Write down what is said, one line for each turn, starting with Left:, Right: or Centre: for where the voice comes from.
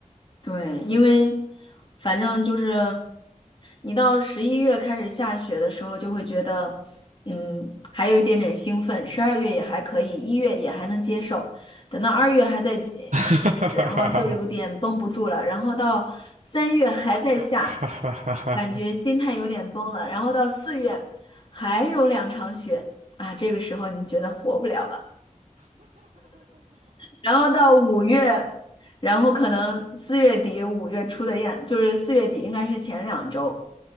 Left: 对，因为反正就是你到十一月开始下雪的时候，就会觉得，嗯，还有一点点兴奋。十二月也还可以，一月也还能接受，等到二月还在下下雪然后就有点绷不住了。
Right: <laughs> 哈
Left: 然后到三月还在下，
Right: 哈哈哈哈哈，
Left: 感觉心态有点崩了。然后到四月还有两场雪啊，这个时候你觉得活不了了。然后到五月，然后可能四月底五月初的样，就是四月底应该是前两周，